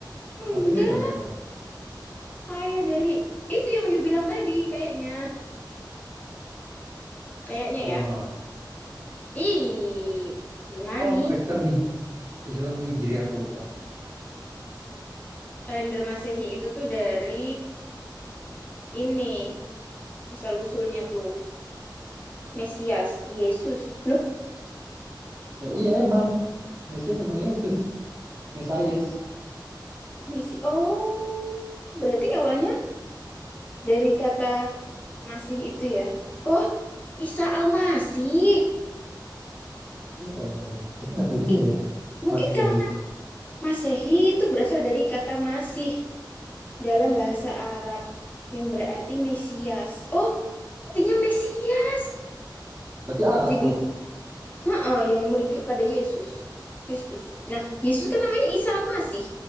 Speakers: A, on the left; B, on the right.
A: enggak
B: Maksudnya dari mana emang?
A: kayak dari itu yang you bilang tadi kayaknya kayaknya
B: Roma.
A: ya ih Yunani
B: Oh Islam hij- Islam itu Hijriah aku lupa.
A: kalender Masehi itu tuh dari ini asal usulnya tuh Mesias, Yesus. Loh,
B: Ya iya emang Mesias emang Yesus. Mesayes.
A: Mesi Oh, berarti awalnya dari kata Masih itu ya. Oh, Isa Al-Masih.
B: Iya kayaknya ya. Tapi nggak tahu juga
A: Ih,
B: ya.
A: mungkin
B: Masehi,
A: karena Masehi itu berasal dari kata Masih dalam bahasa Arab yang berarti Mesias. Oh, artinya Mesias.
B: Berarti Arab
A: Jadi,
B: tuh.
A: heeh, yang merujuk pada Yesus Kristus. Nah, Yesus kan namanya Isa Al-Masih.